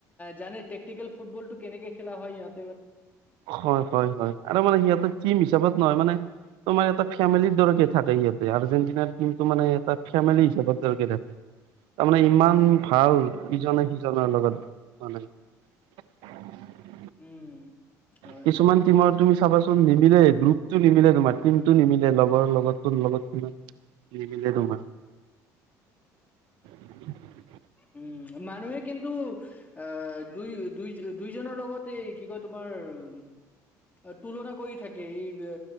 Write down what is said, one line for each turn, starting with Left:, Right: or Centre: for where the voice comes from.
Left: জানে টেক্টিকেল ফুটবল টো কেনেকে খেলা হয়, ইহঁত
Right: হয়। হয়। হয়। আৰু মানে সিহঁতে টিম হিচাপত নহয় মানে তোমাৰ এটা ফেমিলিৰ দৰেকে থাকে ইহঁতে, আৰ্জেণ্টিনাৰ টিমটো মানে এটা ফেমিলি হিচাপৰ দৰেকে থাকে তাৰমানে ইমান ভাল ইজনে সিজনৰ লগত মানে <unintelligible>
Left: উম। হয়।
Right: কিছুমান টিমৰ তুমি চাবাচোন, নিমিলে গ্ৰুপতটো নিমিলে তোমাৰ কিন্তু নিমিলে লগৰ লগত তোৰ লগত কি নিমিলে তোমাৰ। <unintelligible>
Left: উম, মানুহে কিন্তু আহ দুই দুই দুইজনৰ লগত তেই কি কয় তোমাৰ তুলনা কৰি থাকে এই